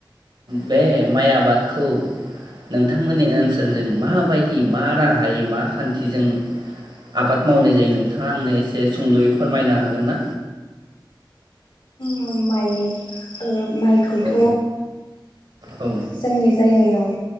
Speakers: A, on the right; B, on the left.
A: बे माइ आबादखौ नोंथांमोननि ओनसोलजों माबायदि मा राहायै मा खान्थि जों आबाद मावनाय जायो नोंथाङा आंनो एसे सुंद'यै फोरमायनो हागोन ना?
B: माइ ओ माइखौथ'
A: औ औ
B: जोंनि जायगायाव